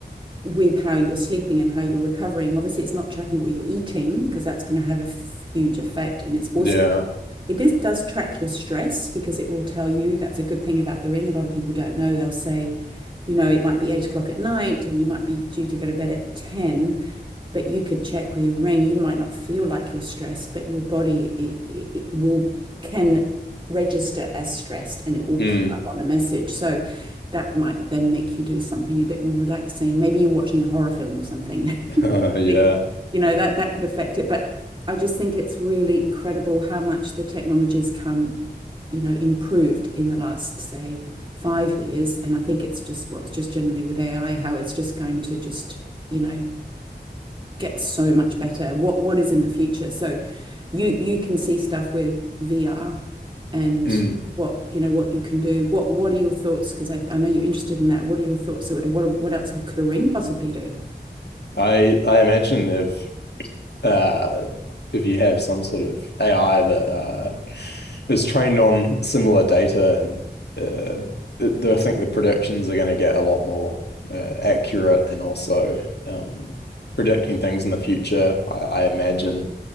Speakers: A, on the right (about 30°); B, on the left (about 75°).
A: with how you're sleeping and how you're recovering obviously it's not tracking what you're eating because that's going to have a huge effect and it's also
B: yeah,
A: it is, does track your stress because it will tell you that's a good thing about the ring. A lot of people don't know. They'll say, you know, it might be eight o'clock at night and you might be due to go to bed at 10, but you could check with your ring. You might not feel like you're stressed, but your body it, it, it will can register as stressed and it will
B: mm,
A: come up on a message. So that might then make you do something a bit more relaxing. Maybe you're watching a horror film or something.
B: <laughs>
A: <laughs>
B: yeah.
A: think, you know, that that could affect it. But I just think it's really incredible how much the technology's come, you know, improved in the last, say, five years. And I think it's just, well, it's just generally with AI, how it's just going to just, you know, get so much better. What what is in the future? So you you can see stuff with VR and
B: Mm.
A: what you know what you can do. What what are your thoughts? Because I, I know you're interested in that. What are your thoughts? So what what else could a ring possibly do?
B: I I imagine if uh, if you have some sort of AI that uh, is trained on similar data and uh, th- th- I think the predictions are going to get a lot more uh, accurate and also um, predicting things in the future. I, I imagine